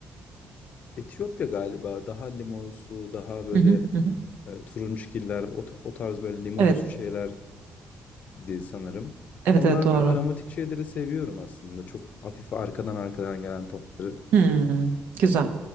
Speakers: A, on the left; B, on the right.
A: Etiyopya galiba daha limonsu, daha böyle
B: Hı hı, hı hı.
A: e, turunçgiller, o, ta- o tarz böyle limonsu
B: Evet
A: şeyler di sanırım.
B: evet
A: Onlar
B: evet doğru.
A: böyle aromatik şeyleri seviyorum aslında. Çok hafif arkadan arkadan gelen tatları.
B: Hmm, güzel.